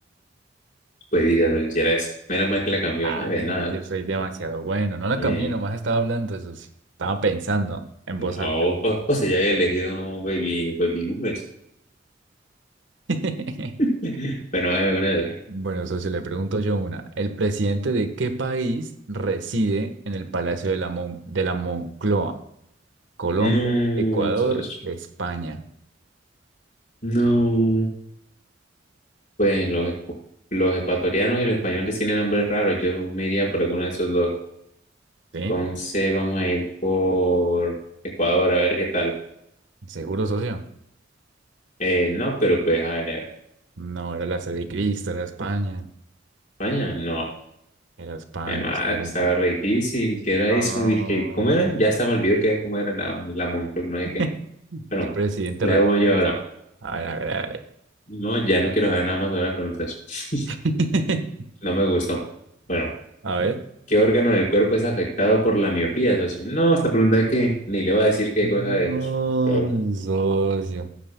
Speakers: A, on the left; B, on the right.
A: Pues diga, socio, si era eso. Menos mal que la cambió,
B: Ay,
A: ¿ah? De nada.
B: yo soy demasiado bueno, no la
A: Eh,
B: cambié, nomás estaba hablando eso, sí. estaba pensando en
A: No,
B: voz alta.
A: pues, pues ella había elegido Baby, Baby boomers
B: <laughs>
A: <laughs> Bueno, hay una de acá.
B: Bueno, socio, le pregunto yo una, ¿el presidente de qué país reside en el Palacio de la Mon- de la Moncloa? Colombia,
A: No,
B: Ecuador,
A: socio,
B: España,
A: no. Pues los, ecu- los ecuatorianos y los españoles tienen nombres raros. Yo me iría por alguno de esos dos.
B: ¿sí?
A: Entonces vamos a ir por Ecuador a ver qué tal.
B: ¿Seguro, socio?
A: Eh, no, pero pues a ver, a ver.
B: No, era la sede de Cristo, era España.
A: España, no.
B: Era España.
A: Mi madre,
B: entonces,
A: estaba re difícil. ¿Qué era
B: ah,
A: eso? Dije, ¿cómo era? Ya hasta me olvidó que cómo era la, la Moncloa, no sé
B: <laughs>
A: qué. Bueno,
B: ¿Qué presidente
A: le
B: refieres?
A: hago yo ahora.
B: A ver, a ver, a ver.
A: No, ya no quiero saber nada más sobre la pregunta. <laughs>
B: <laughs>
A: No me gustó. Bueno,
B: A ver.
A: ¿qué órgano del cuerpo es afectado por la miopía, socio? No, esta pregunta que ni le va a decir qué
B: No,
A: cosa de esos. Pero,
B: socio.